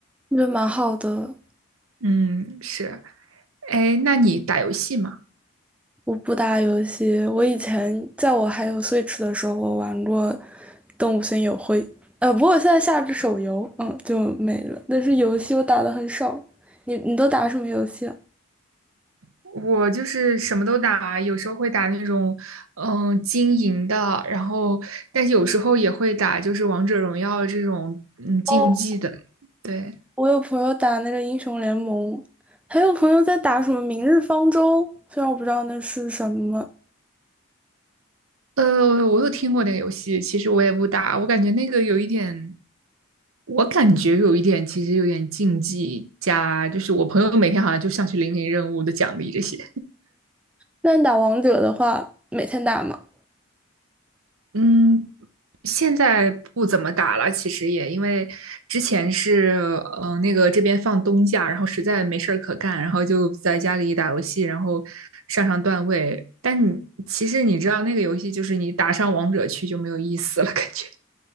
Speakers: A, in the centre; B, on the right.
A: 我觉得蛮好的。
B: 嗯，是。哎，那你打游戏吗？
A: 我不打游戏，我以前在我还有 Switch 的时候，我玩过《动物森友会》，呃，不过我现在下了手游，嗯，就没了。但是游戏我打的很少。你你都打什么游戏啊？
B: 我就是什么都打，有时候会打那种嗯、呃经营的，然后但是有时候也会打就是王者荣耀这种嗯竞技的。
A: 哦，
B: 对，
A: 我有朋友打那个英雄联盟，还有朋友在打什么《明日方舟》，虽然我不知道那是什么。
B: 呃，我有听过那个游戏，其实我也不打，我感觉那个有一点，我感觉有一点，其实有点竞技加，就是我朋友每天好像就上去领领任务的奖励这些。
A: 那你打王者的话，每天打吗？
B: 嗯，现在不怎么打了，其实也因为之前是呃那个这边放冬假，然后实在没事儿可干，然后就在家里打游戏，然后上上段位。但你其实你知道那个游戏就是你打上王者去就没有意思了，感觉。